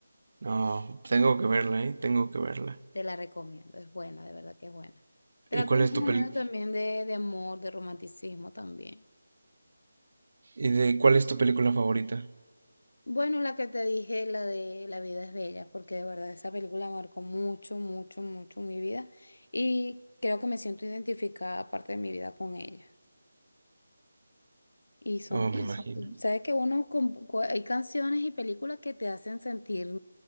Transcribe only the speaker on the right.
No, tengo que verla, ¿eh? Tengo que verla.
¿Y cuál
es tu
peli-
y de cuál es tu película favorita?
Oh,
me imagino.